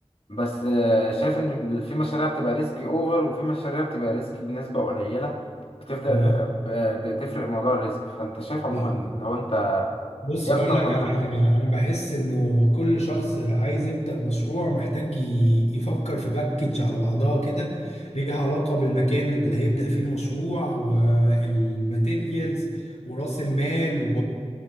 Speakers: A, on the left; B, on the left.
A: بس آه، شايف ان في مشاريع بتبقى ريسكي اوفر وفي مشاريع بتبقى ريسكي بنسبة قليلة بتفضل
B: اها
A: ب- بتفرق موضوع الريسك فانت شايف عموما
B: فاهمك
A: لو انت
B: بص
A: ايه
B: هقول
A: اكتر
B: لك
A: غلطة
B: على حاجه انا بحس انه كل شخص عايز يبدا مشروع محتاج ي- يفكر في باكج على بعضها كده ليها علاقه بالمكان اللي هيبدا فيه المشروع والماتيريالز وراس المال